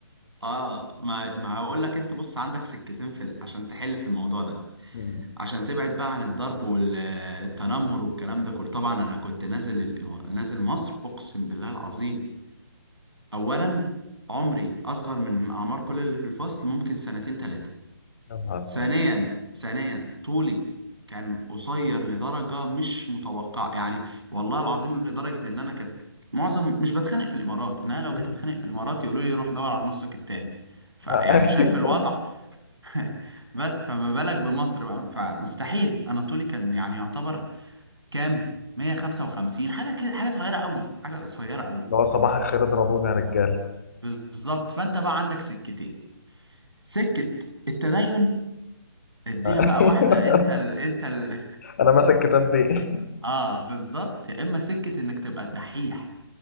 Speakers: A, on the right; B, on the left.
A: اه ما ما هقول لك انت بص عندك سكتين في ال... عشان تحل في الموضوع ده
B: مم.
A: عشان تبعد بقى عن الضرب والتنمر والكلام ده كله طبعا انا كنت نازل ال- نازل مصر اقسم بالله العظيم اولا عمري اصغر من اعمار كل اللي في الفصل ممكن سنتين ثلاثة
B: يا نهار
A: ثانيا
B: أبيض.
A: ثانيا طولي كان قصير لدرجة مش متوقعة يعني والله العظيم لدرجة ان انا كنت معظم مش بتخانق في الامارات ان انا لو
B: مم.
A: جيت اتخانق في الامارات يقولوا لي روح دور على نصك التاني فيعني
B: آه،
A: شايف الوضع
B: <laughs>
A: <laughs> بس فما بالك بمصر بقى فمستحيل انا طولي كان يعني يعتبر كام 155 حاجه كده حاجه صغيره قوي حاجه قصيره قوي
B: اللي هو صباح الخير اضربونا يا رجال
A: بالظبط فانت بقى عندك سكتين سكه التدين اديها
B: <laughs>
A: بقى واحده انت ال... انت ال...
B: انا ماسك كتاب دي
A: <laughs> اه بالظبط يا اما سكه انك تبقى الدحيح